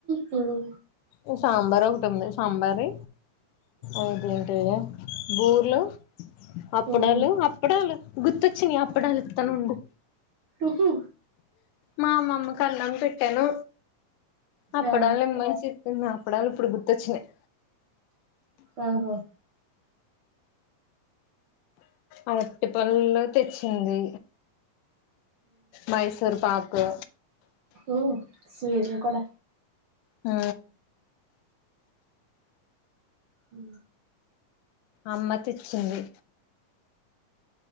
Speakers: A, on the right (about 55°); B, on the left (about 75°).
A: హు ఉ
B: ఈ సాంబార్ ఒకటుంది సాంబారీ ఇంకేంటి బూర్లు అప్పుడాలు
A: ఉమ్
B: అప్పుడాళ్ళు గుర్తొచ్చినాయి అప్పుడాలు ఇత్తను ఉండు
A: ఉహు
B: మామమ్మ కు అన్నం పెట్టాను అప్పడాలే
A: ఆ
B: మచి నిన్న అప్పడాలు ఇప్పుడు గుర్తొచ్చిన్నయి
A: ఆహా
B: అరటి పళ్ళు తెచ్చింది మైసూర్ పాకు
A: ఉ స్వీట్లు కూడా
B: ఊ
A: ఉ
B: అమ్మ తెచ్చింది